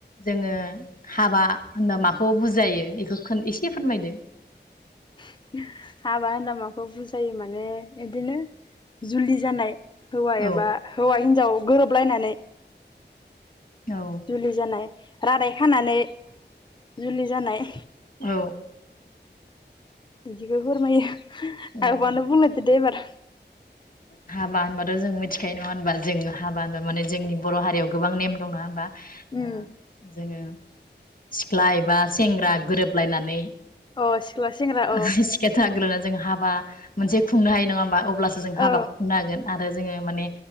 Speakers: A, on the left; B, on the left.
A: जोङो हाबा होनबा माखौ बुजायो बेखौ एसे फोरमायदो।
B: <inaudible> हाबा होनबा माखौ बुज जायो माने इदिनो जुलि जानाय। हौवा
A: औ
B: एबा हौवा हिनजाव गोरोबलायनानै
A: औ
B: जुलि जानाय। रादाय खानानै जुलि जानाय।
A: औ
B: बिदिखौ फोरमायो। आब'यानो
A: औ
B: बुंलायदो दे एबार।
A: हाबा होनबाथ' जों मिथिखायो नङा होनबा जों हाबा होनबा माने जोंनि बर' हारियाव गोबां नेम दं नङा होनबा? ओ
B: उम
A: जोङो सिख्ला एबा सेंग्रा गोरोबलायनानै
B: अ सिख्ला सेंग्रा
A: <unintelligible> हाबा
B: औ
A: मोनसे खुंनो हायो नंङा होमबा अब अब्लासो जों हाबाखौ
B: औ
A: हागोन आरो जोङो माने